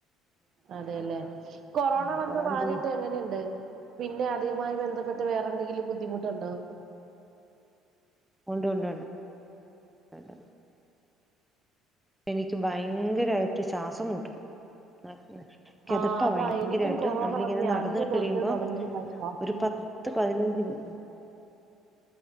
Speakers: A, on the right (about 50°); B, in the centre.
A: അതേല്ലെ കൊറോണ
B: ഉം
A: വന്ന്
B: അതാണ്
A: മാറീട്ട്
B: തോ
A: എങ്ങെനെയ്ണ്ട് പിന്നെ അതേമായ് ബെന്ധപ്പെട്ട് വേറെന്തെങ്കിലും ബുദ്ധിമുട്ട്ണ്ടോ?
B: ഉണ്ട് ഉണ്ട് ഉണ്ട് ഉണ്ട് എനിക്ക് ഭയങ്കരായ്ട്ട് ചാസം മുട്ടും ആഹ് ങ്ങെനെ കെതപ്പാ
A: ആഹ് അതാ
B: ഭയങ്കരായ്ട്ടും
A: എനിക്കും കൊറോണ
B: നമ്മളിങ്ങെനെ
A: വന്നേ
B: നടന്ന്
A: അന്ന് തൊട്ട്
B: കഴിയ്സം
A: തുടങ്ങിയതാ ശ്വാസം
B: ഒര്
A: മുട്ട്
B: പ ത്ത് പത്‌നഞ്ച് മി